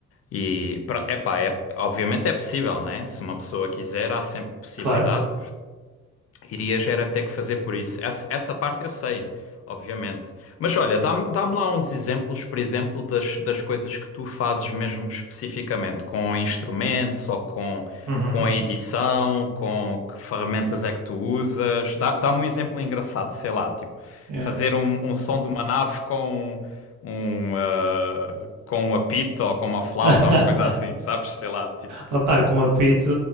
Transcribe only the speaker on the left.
E, pro- epá, é, obviamente é possível, né? Se uma pessoa quiser, há sempre possibilidade.
Irias era ter que fazer por isso. Essa, essa parte eu sei, obviamente. Mas olha, dá-me dá-me lá uns exemplos, por exemplo, das, das coisas que tu fazes mesmo especificamente, com instrumentos ou com,
com a edição, com que ferramentas é que tu usas. Dá- Dá-me um exemplo engraçado, sei lá, tipo,
fazer um, um som de uma nave com um, ah, com um apito ou com uma flauta
ou uma coisa assim, sabes? Sei lá, tipo,